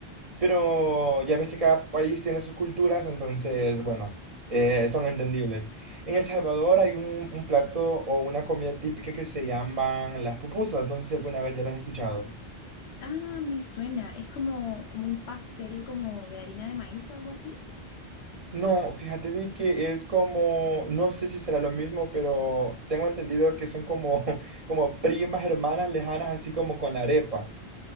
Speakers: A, on the right; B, on the left.
A: Pero ya ves que cada país tiene sus culturas, entonces, bueno, eh, son entendibles. En El Salvador hay un, un plato o una comida típica que se llaman las pupusas. No sé si alguna vez ya las has escuchado.
B: Ah, me suena. Es como, como un pastel como de harina de maíz o algo así.
A: No, fíjate de que es como, no sé si será lo mismo, pero tengo entendido que son como, <laughs> como primas hermanas lejanas, así como con la arepa.